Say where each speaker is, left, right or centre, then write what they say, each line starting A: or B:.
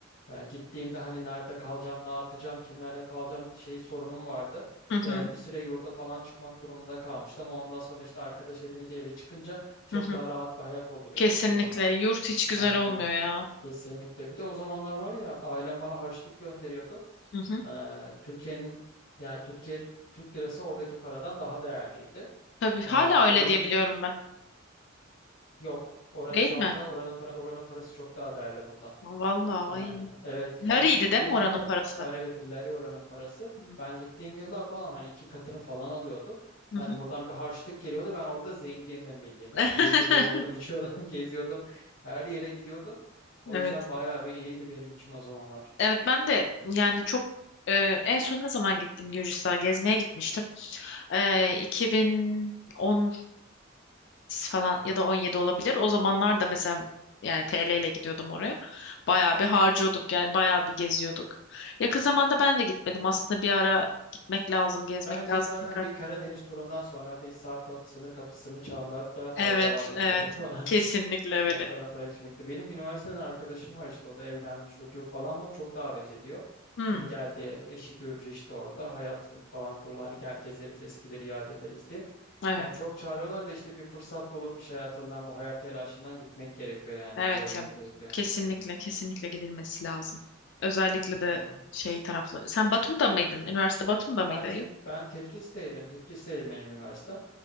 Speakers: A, on the left; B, on the left.
A: e, gittiğimde hani nerede kalacağım, ne yapacağım, kimlerle kalacağım şey sorunum vardı.
B: hı
A: E,
B: hı,
A: bir süre yurda falan çıkmak durumunda kalmıştım. Ama Ondan sonra işte arkadaş edinince eve çıkınca çok
B: hı hı.
A: daha rahat bir hayat oldu benim
B: Kesinlikle.
A: için orada.
B: Yurt hiç güzel
A: Aynen.
B: olmuyor ya.
A: Kesinlikle. Bir de o zamanlar var ya ailem bana harçlık gönderiyordu.
B: Hı hı.
A: Ee, Türkiye'nin yani Türkiye Türk lirası oradaki paradan daha değerliydi.
B: Tabii. Hala
A: Ee, o
B: öyle
A: yüzden
B: diye biliyorum ben.
A: yok. Ora,
B: Değil
A: şu
B: mi?
A: anda oranın para oranın parası çok daha değerli buradan.
B: Vallahi. ay.
A: Ee, evet
B: Lariydi
A: ben ilk gittiğim
B: değil mi oranın
A: yıllar
B: parası?
A: hani evet lari oranın parası
B: Hı
A: ben gittiğim yıllar falan hani iki katını falan alıyordum.
B: hı.
A: Hani buradan bir harçlık geliyordu ben orada zengindim bildiğim
B: <laughs>
A: yani yiyordum içiyordum <laughs> geziyordum her yere gidiyordum. O
B: Evet.
A: yüzden bayağı bir iyiydi benim için o zamanlar.
B: Evet ben de yani çok e, en son ne zaman gittim Gürcistan'a gezmeye gitmiştim. E, 2018 falan ya da 17 olabilir. O zamanlar da mesela yani TL ile gidiyordum oraya. Bayağı bir harcıyorduk yani bayağı bir geziyorduk. Yakın zamanda ben de gitmedim. Aslında bir ara gitmek lazım, gezmek
A: Bence
B: lazım
A: zaten
B: tekrar.
A: bir Karadeniz turundan sonra bir Sarp ka- sınır kapısını çalmakta fayda
B: Evet,
A: var gibi
B: evet.
A: geliyor <laughs> bana.
B: Kesinlikle öyle.
A: O taraflar şimdi. Benim üniversiteden arkadaşım var işte o da evlendi çocuğu falan var. Çok davet ediyor.
B: Hmm,
A: Hani geldi eşi Gürcü işte orada hayat falan kurulu hani gel gezeriz eskileri yad ederiz diye.
B: evet.
A: Yani çok çağırıyorlar da işte bir fırsat bulup iş hayatından bu hayat telaşından gitmek gerekiyor yani
B: Evet
A: bir görmek
B: ya
A: gerekiyor.
B: kesinlikle kesinlikle gidilmesi lazım. Özellikle
A: Öyle.
B: de şey tarafları. Sen Batum'da mıydın? Üniversite Batum'da mıydı?
A: Ben Tif
B: ayı?
A: ben Tiflis'teydim. Tiflis'teydim benim üniversitem.